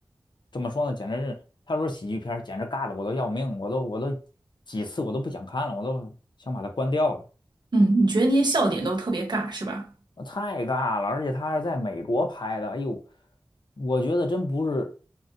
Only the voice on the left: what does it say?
怎么说呢？简直是他说喜剧片儿简直尬的我都要命，我都我都几次我都不想看了，我都想把它关掉了。
太尬了，而且他是在美国拍的，哎呦，我觉得真不是